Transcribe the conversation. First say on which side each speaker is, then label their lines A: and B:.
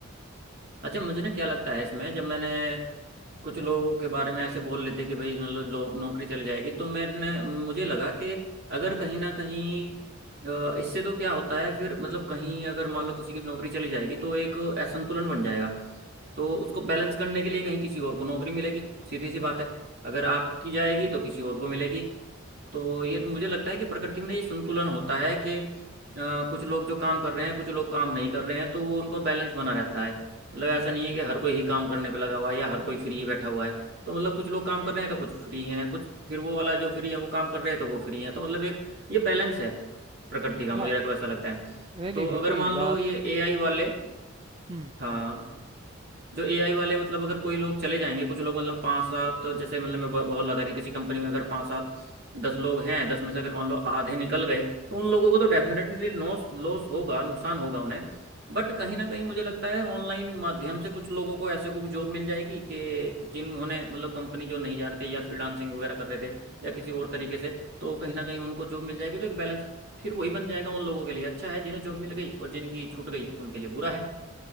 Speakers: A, on the right (about 50°); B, on the right (about 25°).
A: अच्छा मुझे ना क्या लगता है इसमें जब मैंने कुछ लोगों के बारे में ऐसे बोल लेते कि भाई मतलब लो नौकरी चली जाएगी तो मैंने मुझे लगा कि अगर कहीं ना कहीं अ, इससे तो क्या होता है फिर मतलब कहीं अगर मान लो किसी की नौकरी चली जाएगी तो एक असंतुलन बन जाएगा तो उसको बैलेंस करने के लिए कहीं किसी और को नौकरी मिलेगी सीधी सी बात है अगर आपकी जाएगी तो किसी और को मिलेगी तो ये मुझे लगता है कि प्रकृति में ये संतुलन होता है कि अ, कुछ लोग जो काम कर रहे हैं कुछ लोग काम नहीं कर रहे हैं तो वो उनको बैलेंस बना रहता है मतलब ऐसा नहीं है कि हर कोई ही काम करने पे लगा हुआ है या हर कोई फ्री बैठा हुआ है तो मतलब कुछ लोग काम कर रहे हैं तो कुछ फ्री हैं कुछ फिर वो वाला जो फ्री है वो काम कर रहे हैं तो वो फ्री है तो मतलब एक ये बैलेंस है प्रकृति का मुझे
B: हाँ
A: ऐसा लगता है
B: नहीं नहीं
A: तो
B: बिल्कुल
A: अगर मान लो
B: आप
A: ये एआई वाले
B: हम्म
A: हाँ जो एआई वाले मतलब अगर कोई लोग चले जाएंगे कुछ लोग मतलब पाँच सात तो जैसे मतलब मैं ब- बोल रहा था कि किसी कंपनी में अगर पाँच सात दस लोग हैं दस में से अगर मान लो आधे निकल गए तो उन लोगों को तो डेफिनेटली लॉस लॉस होगा नुकसान होगा उन्हें बट कहीं ना कहीं मुझे लगता है ऑनलाइन माध्यम से कुछ लोगों को ऐसे को भी जॉब मिल जाएगी कि जिन्होंने मतलब कंपनी जो नहीं जा रहे थे या फ्रीलांसिंग वगैरह कर रहे थे या किसी और तरीके से तो कहीं ना कहीं उनको जॉब मिल जाएगी तो एक बैलेंस फिर वही बन जाएगा उन लोगों के लिए अच्छा है जिन्हें जॉब मिल गई और जिनकी छूट गई उनके लिए बुरा है